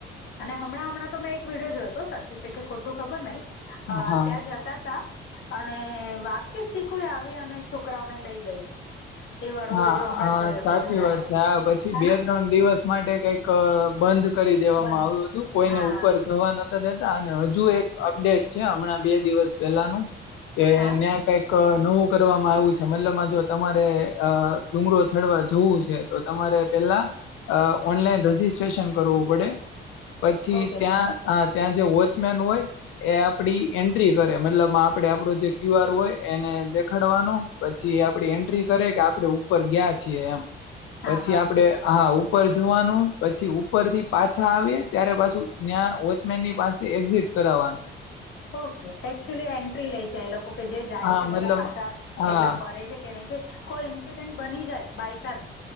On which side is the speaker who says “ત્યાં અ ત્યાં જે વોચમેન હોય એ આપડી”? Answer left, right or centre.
Left